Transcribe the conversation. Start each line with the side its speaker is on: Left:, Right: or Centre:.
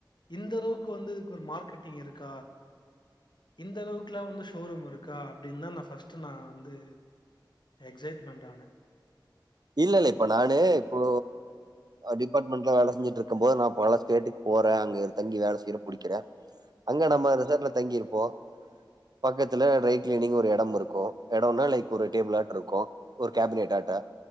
Left: இந்தளவுக்கு வந்து இதுக்கு ஒரு மார்க்கெட்டிங் இருக்கா இந்த அளவுக்குலா வந்து ஷோரூம் இருக்கா அப்டின் தா நா ஃபஸ்ட் நா வந்து எக்ஸைட்மென்ட் ஆனே
Right: இல்ல இல்ல இப்ப நானு இப்போ டிபார்ட்மெண்ட்ல வேல செஞ்சிட்டு இருக்கும் போது நா பல ஸ்டேட்டுக்கு போறே அங்க இரு தங்கி வேல செய்றே புடிக்கிறே அங்க
Left: ம்.
Right: நம்ம ரிசாட்ல தங்கி இருப்போ பக்கத்துல ட்ரை கிளீனிங் ஒரு எடம் இருக்கு எடோனா லைக் ஒரு டேபிள் ஆட்ட இருக்கு ஒரு கேபினெட் ஆட்ட